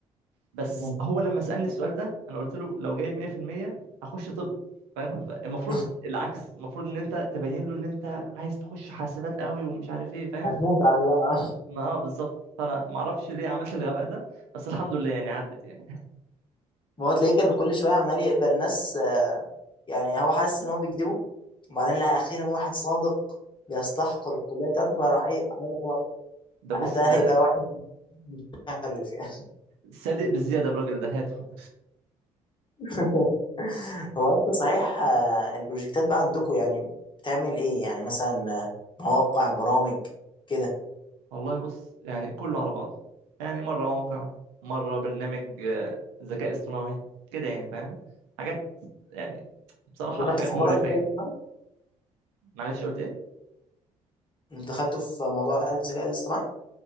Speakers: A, on the right; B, on the left.
A: بس
B: مم.
A: هو لما سالني السؤال ده انا قلت له لو جايب 100% اخش طب فاهم المفروض
B: <laughs>
A: العكس المفروض ان انت تبين له ان انت عايز تخش حاسبات قوي ومش عارف ايه فاهم
B: هتموت على الجامعه
A: ما اه بالظبط فانا ما اعرفش ليه عملت الغباء ده بس الحمد لله يعني عدت يعني
B: <laughs> ما هو تلاقيه كان كل شويه عمال يقبل ناس يعني هو حاسس ان هو بيكذبه وبعدين لقى اخيرا واحد صادق بيستحقر الكليه بتاعته فراح ايه قال خلاص
A: ده بص
B: ده
A: ده
B: هيبقى واحد مشرف يعني
A: صادق بزياده الراجل ده هاته
B: <laughs> هو انت صحيح آه، البروجكتات بقى عندكم يعني بتعمل ايه يعني مثلا آه، مواقع برامج كده
A: والله بص يعني كله على بعضه يعني مره موقع مره برنامج آه، ذكاء اصطناعي كده يعني فاهم حاجات يعني بصراحة
B: دخلتوا
A: حاجات
B: في حوار
A: مقرفة
B: الذكاء
A: يعني
B: الاصطناعي
A: معلش قلت ايه
B: دخلتوا في موضوع الذكاء الاصطناعي